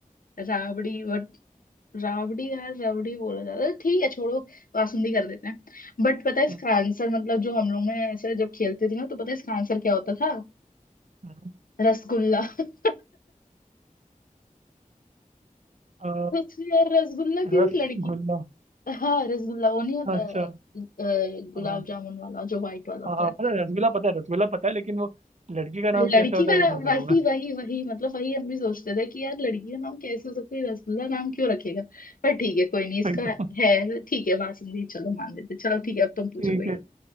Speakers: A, on the left (about 80°); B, on the right (about 55°).
A: राबड़ी बट राबड़ी यार रबड़ी बोला जाता है ठीक है छोड़ो बासुंदी कर देते हैं बट पता है इसका
B: हम्म,
A: आंसर मतलब जो हम लोग ने ऐसे जब खेलते थे ना तो पता है इसका आंसर क्या होता था
B: हम्म।
A: रसगुल्ला <laughs>
B: अ,
A: सोचो यार रसगुल्ला किसी
B: रसगुल्ला
A: लड़की हाँ रसगुल्ला वो नहीं होता
B: अच्छा
A: है, अ, गुलाब
B: हाँ
A: जामुन वाला जो व्हाइट वाला
B: हाँ
A: होता
B: हाँ
A: है
B: पता है रसगुल्ला पता है रसगुल्ला पता है लेकिन वो लड़की का नाम
A: लड़की
B: कैसे होता
A: का
B: है
A: नाम-
B: वो सोच
A: वही
B: रहा हूँ मैं
A: वही वही मतलब वही हम भी सोचते थे कि यार लड़की का नाम कैसे हो सकता है रसगुल्ला नाम क्यों रखेगा पर ठीक है कोई नहीं इसका
B: वही तो
A: है ठीक है बासुंदी चलो मान लेते चलो ठीक है अब तुम पूछो
B: ठीक
A: कोई
B: है
A: एक।